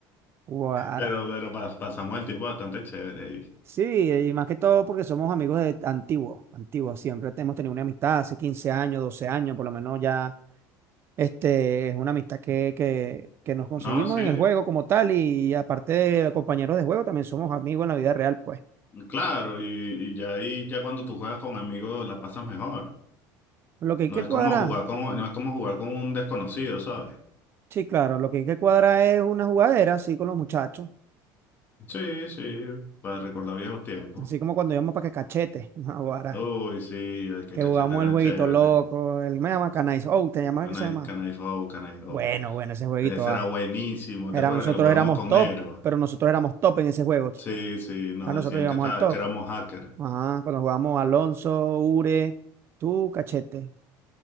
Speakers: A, on the right (about 30°); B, on the left (about 25°).
A: Guara.
B: pero, pero pa- pasamos el tiempo bastante chévere. Y,
A: Sí, y más que todo porque somos amigos de antiguos, antiguos. Siempre te- hemos tenido una amistad hace 15 años, 12 años, por lo menos ya. Este, es una amistad que, que, que nos conseguimos
B: no, sí,
A: en el juego como tal y aparte de compañeros de juego, también somos amigos en la vida real, pues.
B: claro, y, y ya ahí, ya cuando tú juegas con amigos la pasas mejor.
A: Lo que hay
B: No
A: que
B: es
A: cuadrar,
B: como jugar con, no es como jugar con un desconocido, ¿sabes?
A: sí, claro, lo que hay que cuadrar es una jugadera así con los muchachos,
B: Sí, sí, para recordar viejos tiempos.
A: así como cuando íbamos para que cachete, <laughs> no, Guara,
B: Uy, sí, ay, qué
A: que
B: cachetera
A: jugamos el jueguito
B: chévere.
A: loco, el me llama Canais, oh, te llamas
B: Can
A: que se
B: I,
A: llama
B: can I go, can I go.
A: Bueno, bueno, ese jueguito,
B: Ese
A: ah.
B: era buenísimo,
A: Era-
B: ¿te acuerdas
A: nosotros
B: que lo jugamos
A: éramos
B: con
A: top,
B: Nero?
A: pero nosotros éramos top en ese juego.
B: Sí, sí, nos
A: Ah, nosotros
B: decían
A: llegamos
B: que, ta-
A: al top.
B: que éramos hackers,
A: Ajá, cuando jugamos Alonso, Ure, tú, Cachete,